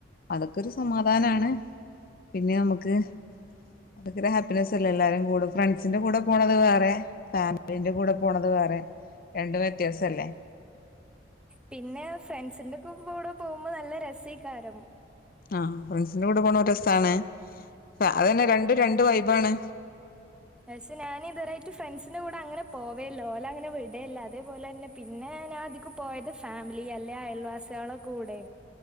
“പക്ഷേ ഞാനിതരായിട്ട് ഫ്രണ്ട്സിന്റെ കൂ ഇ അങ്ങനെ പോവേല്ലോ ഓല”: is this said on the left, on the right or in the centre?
Centre